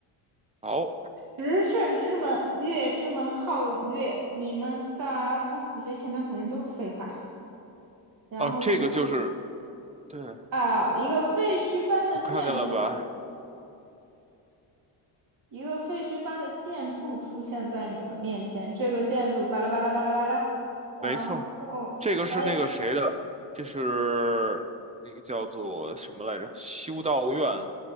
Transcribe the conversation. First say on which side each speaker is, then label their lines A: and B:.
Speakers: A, on the right; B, on the right.
A: 好，
B: 十胜之门，月之门皓月，你们大家看，我觉得前面肯定都是废话。然后几乎
A: 哦，这个就是，对，
B: 啊，一个废墟般的建筑，
A: 你看见了吧？
B: 一个废墟般的建筑出现在你们面前。这个建筑巴拉巴拉巴拉巴拉，然后哎，
A: 没错，这个是那个谁的，这是那个叫做什么来着？修道院